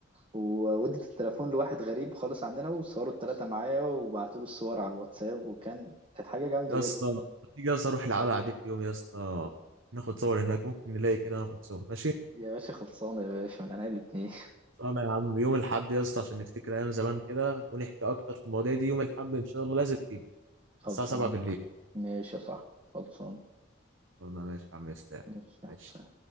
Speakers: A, on the right; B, on the right.
A: وودت التليفون لواحد غريب خالص عندنا وصوروا التلاتة معايا وبعتوا لي الصور على الواتساب وكان كانت حاجة جامدة
B: يا
A: جدا
B: اسطى ما تيجي يا اسطى اروح القلعه دي في يوم يا اسطى ناخد صور هناك ممكن نلاقي كده وناخد صور ماشي
A: يا باشا خلصانة يا باشا من عينيا الاتنين
B: طبعا يا عم يوم الاحد يا اسطى عشان نفتكر ايام زمان كده ونحكي اكتر في المواضيع دي يوم الاحد ان شاء الله لازم تيجي
A: <laughs>
B: على
A: خلصان
B: الساعه 7 بالليل
A: ماشي يا صاحبي خلصان
B: قلنا ماشي يا عم اسلام
A: ماشي يا
B: ماشي
A: حسين.